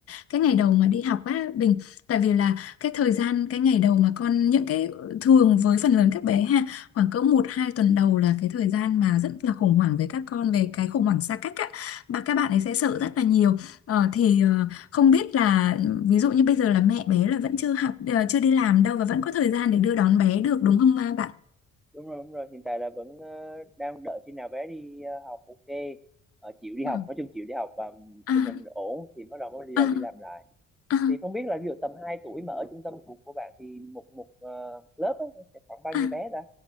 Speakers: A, on the left; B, in the centre.
A: cái ngày đầu mà đi học á Bình tại vì là cái thời gian cái ngày đầu mà con những cái ờ, thường với phần lớn các bé ha khoảng cỡ một hai tuần đầu là cái thời gian mà rất là khủng hoảng với các con về cái khủng hoảng xa cách á và các bạn ấy sẽ sợ rất là nhiều ờ, thì ờ, không biết là ví dụ như bây giờ là mẹ bé là vẫn chưa học ờ, chưa đi làm đâu và vẫn có thời gian để đưa đón bé được đúng không ba bạn
B: đúng rồi đúng rồi hiện tại là vẫn ờ, đang đợi khi nào bé đi ờ, học ok Ờ, chịu đi
A: Ừ.
B: học nói chung chịu đi học và
A: à
B: tình hình ổn thì bắt đầu mới đi
A: à
B: đầu đi làm lại
A: à
B: thì không biết là ví dụ tầm 2 tuổi mà ở trung tâm của của bạn thì một một ờ, lớp á, nó sẽ khoảng bao
A: À,
B: nhiêu bé ta